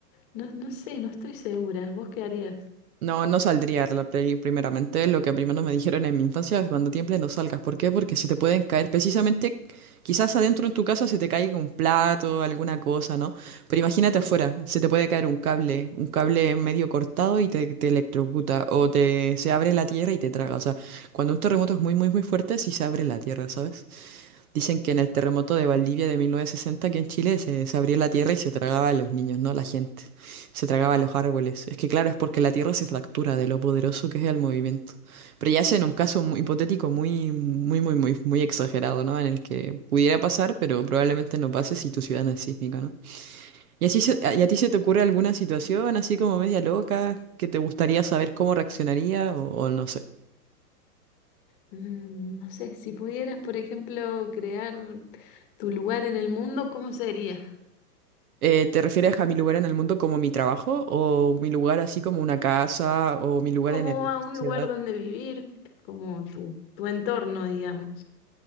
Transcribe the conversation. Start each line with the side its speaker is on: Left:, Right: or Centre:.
Left: no, no sé, no estoy segura. ¿Vos qué harías?
Right: No, no saldría la play primeramente. Lo que primero me dijeron en mi infancia es cuando tiembles no salgas. ¿Por qué? Porque se te pueden caer precisamente, quizás adentro en tu casa se te caiga un plato, alguna cosa, ¿no? Pero imagínate afuera, se te puede caer un cable, un cable medio cortado y te, te electrocuta o te, se abre la tierra y te traga. O sea, cuando un terremoto es muy, muy, muy fuerte, sí se abre la tierra, ¿sabes? Dicen que en el terremoto de Valdivia de 1960, aquí en Chile, se, se abría la tierra y se tragaba a los niños, no a la gente. Se tragaba a los árboles. Es que claro, es porque la tierra se fractura de lo poderoso que es el movimiento. Pero ya sea en un caso muy hipotético muy, muy, muy, muy, muy exagerado, ¿no? En el que pudiera pasar, pero probablemente no pase si tu ciudad no es sísmica, ¿no? ¿Y, así se-
Left: Sí.
Right: y a ti se te ocurre alguna situación así como media loca que te gustaría saber cómo reaccionaría o o no sé?
Left: Mm, no sé, si pudieras, por ejemplo, crear tu lugar en el mundo, ¿cómo sería?
Right: Eh, ¿te refieres a mi lugar en el mundo como mi trabajo o mi lugar así como una casa o mi lugar
Left: Como
Right: en el-
Left: a
Right: la sociedad?
Left: un lugar donde vivir, como tu, tu entorno, digamos.